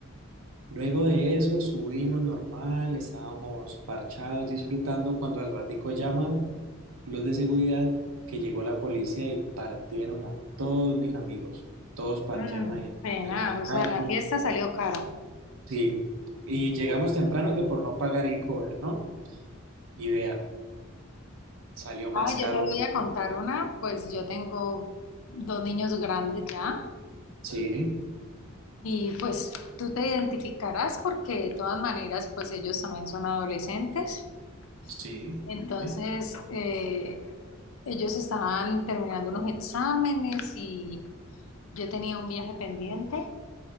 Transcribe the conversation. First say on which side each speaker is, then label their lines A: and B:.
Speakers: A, on the right (about 70°); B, on the left (about 65°).
A: Luego de eso subimos normal, estábamos parchados, disfrutando cuando al ratico llaman los de seguridad que llegó la policía y partieron a todos mis amigos. Todos parquearon
B: Mm,
A: allá
B: pena,
A: en la
B: o
A: calle.
B: sea, la fiesta salió cara.
A: Sí, y llegamos temprano que por no pagar el cover, ¿no? Y vea, salió más
B: Ah,
A: caro
B: yo te voy
A: todo.
B: a contar una, pues yo tengo dos niños grandes ya
A: Sí,
B: y pues tú te identificarás porque de todas maneras pues ellos también son adolescentes.
A: sí,
B: Entonces
A: dime.
B: eh, ellos estaban terminando unos exámenes y yo tenía un viaje pendiente